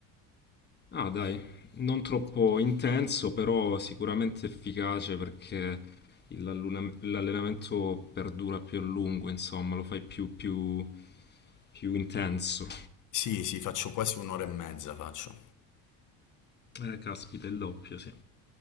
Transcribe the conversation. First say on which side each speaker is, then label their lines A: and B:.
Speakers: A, on the left; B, on the left.
A: Ah, dai, non troppo intenso, però sicuramente efficace perché il- l'alluna- l'allenamento perdura più a lungo, insomma, lo fai più, più, più intenso.
B: Sì, sì, faccio quasi un'ora e mezza faccio.
A: Eh, caspita, il doppio, sì.